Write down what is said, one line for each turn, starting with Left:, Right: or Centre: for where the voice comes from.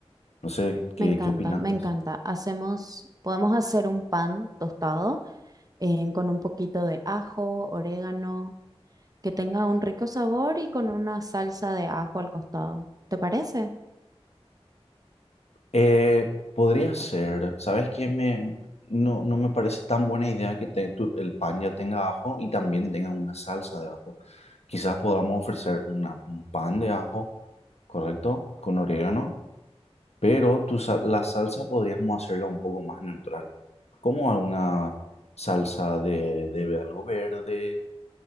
Left: No sé qué,
Right: me encanta,
Left: qué opinas
Right: me
Left: de
Right: encanta.
Left: eso.
Right: Hacemos, podemos hacer un pan tostado eh, con un poquito de ajo, orégano que tenga un rico sabor y con una salsa de ajo al costado. ¿Te parece?
Left: Eh, podría ser, ¿sabes qué? Me, no, no me parece tan buena idea que te- tu- el pan ya tenga ajo y también tenga una salsa de ajo. Quizás podamos ofrecer una, un pan de ajo, ¿correcto? Con orégano, pero tu, sal- la salsa podríamos hacerla un poco más neutral, como alguna salsa de, de algo verde